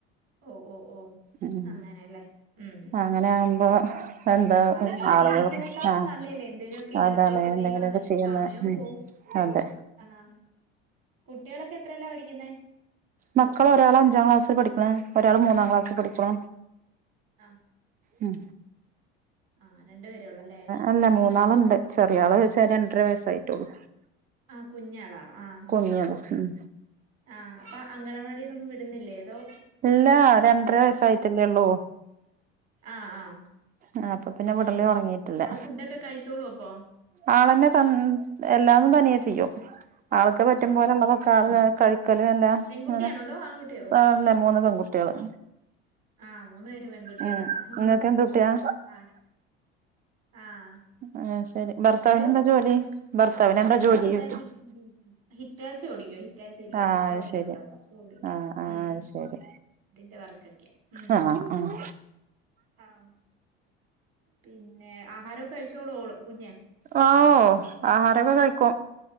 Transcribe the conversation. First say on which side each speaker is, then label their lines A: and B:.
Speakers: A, on the right; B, on the right.
A: ഓ ഓ ഓ
B: ഉം
A: അങ്ങനെയല്ലേ ഉം ഉം
B: അങ്ങനെ
A: ഉം ഉം
B: ആകുമ്പോ എന്താ
A: അതെ വീട്ടിലിരിക്കുന്നേക്കാൾ
B: ആളുകൾ ആഹ്
A: നല്ലല്ലേ എന്തേലുമൊക്കെ ഇങ്ങനത്തെയൊക്കെ
B: അതാണെ എന്തെങ്കിലൊക്കെ
A: ചെയ്യുവാണെ
B: ചെയ്യുന്ന
A: സമയവും
B: ഉം
A: പോവും
B: അതെ
A: ആഹ് കുട്ടികളൊക്കെ എത്രേലാ പഠിക്കുന്നേ?
B: മക്കള് ഒരാള് അഞ്ചാം ക്ലാസ്സിൽ പഠിക്ക്‌ണ് ഒരാള് മൂന്നാം ക്ലാസ്സിൽ പഠിക്കണു
A: ആഹ്
B: ഉം
A: ആഹ് രണ്ടു പേരേ ഒള്ളല്ലേ
B: അല്ലാ മൂന്നാള്ണ്ട് ചെറിയാള് ചെ രണ്ടര വയസ്സായിട്ടോള്ളു
A: ആഹ് കുഞ്ഞാളാ ആഹ്
B: കുഞ്ഞാണ്
A: ആഹ്
B: ഉം
A: ആഹ് അപ്പൊ അംഗനവാടീലൊന്നും വിടുന്നില്ലേ അതോ
B: ഇല്ലാ രണ്ടര വയസ്സായിറ്റല്ലേ ഇള്ളൂ
A: ആഹ് ആഹ്
B: ആഹ് അപ്പൊ പിന്നെ
A: ഉം
B: വിടല് തൊടങ്ങിയിറ്റില്ലാ
A: ആള് ഫുഡ് ഒക്കെ കഴിച്ചോളുവോ അപ്പോ
B: ആളെന്നെ ത എല്ലാന്നും തനിയെ ചെയ്യും ആൾക്ക് പറ്റും
A: ആഹ്
B: പോലെ
A: ആഹ്
B: ഇള്ളതൊക്കെ ആള് കഴിക്കലും എല്ലാം
A: പെൺകുട്ടിയാണോ
B: അങ്ങനെ
A: അതോ ആൺകുട്ടിയോ
B: <unintelligible> മൂന്ന് പെൺകുട്ടികള്
A: ആഹ് മൂന്നു പേര് പെൺകുട്ടികളാ
B: ഉം
A: ആഹ്
B: നിങ്ങൾക്ക് എന്ത് കുട്ടിയാ
A: ആഹ് ആഹ്
B: <unintelligible> ഭർത്താവിന്
A: എന്തോ
B: എന്താ ജോലി ഭർത്താവിന് എന്താ
A: ഭർത്താവ്
B: ജോലി
A: ഇവിടെ
B: ചോയ്ക്കും
A: ഹി ഹിറ്റാച്ചി ഓടിക്കുവാ ഹിറ്റ് ഹിറ്റാച്ചി ഇല്ലേ
B: ആഹ്
A: നമ്മക്ക്
B: അത്
A: വണ്ടി
B: ശരി
A: ഒണ്ടപ്പം അപ്പോ ഓടിക്കും
B: ആഹ് ആഹ്
A: ഉം
B: ശരി
A: അതിന്റെ വർക്കൊക്കെയാ ഉം
B: ആഹ് ആഹ്
A: ആഹ് പിന്നെ ആഹാരവൊക്കെ കഴിച്ചോളുവോ ഓള് കുഞ്ഞ്
B: ഓഹ് ആഹാരൊക്കെ കഴിക്കും